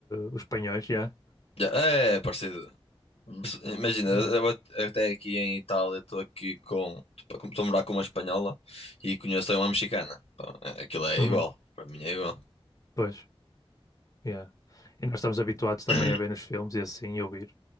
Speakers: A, on the left (about 35°); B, on the left (about 85°).
A: os espanhóis, já.
B: Já- É, é parecido. Imagina,
A: Ah.
B: eu at- até aqui em Itália estou aqui com. Estou a morar com uma espanhola e conheço uma mexicana. Pá, é- Aquilo é
A: Uhum,
B: igual. Para mim é igual.
A: pois, yeah. E nós estamos habituados também
B: <coughs>
A: a ver nos filmes e assim, e ouvir.